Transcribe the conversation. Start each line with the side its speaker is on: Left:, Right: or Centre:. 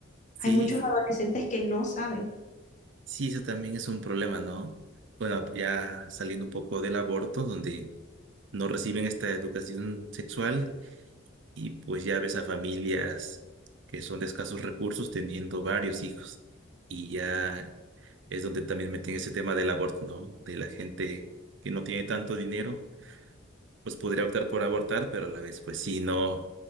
Right: Sí,
Left: Hay muchos adolescentes que no saben.
Right: sí, eso también es un problema, ¿no? Bueno, ya saliendo un poco del aborto, donde no reciben esta educación sexual Y pues ya ves a familias que son de escasos recursos teniendo varios hijos. Y ya es donde también meten ese tema del aborto, ¿no? De la gente que no tiene tanto dinero, pues podría optar por abortar, pero a la vez, pues sí, no,